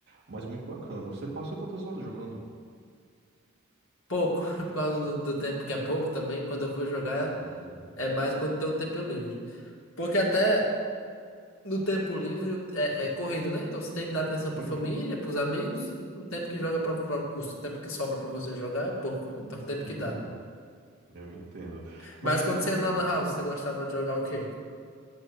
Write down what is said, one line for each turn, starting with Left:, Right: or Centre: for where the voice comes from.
Right: Mas muito bacana. Você passa quantas horas jogando?
Left: pouco, <laughs> por causa do, do tempo que é pouco também. Quando eu vou jogar,
Right: Uhum.
Left: é mais quando tem o tempo livre. Porque até no tempo livre é, é corrido, né? Então você tem que dar atenção pra
Right: Uhum.
Left: família, pros amigos. E o tempo que joga pra, pra, o tempo que sobra pra você jogar é pouco. <laughs> Então o tempo
Right: Uhum.
Left: que dá.
Right: Eu entendo.
Left: Mas
Right: Mas me
Left: quando
Right: diz uma
Left: você ia na
Right: coisa.
Left: Lan House, você gostava de jogar o quê?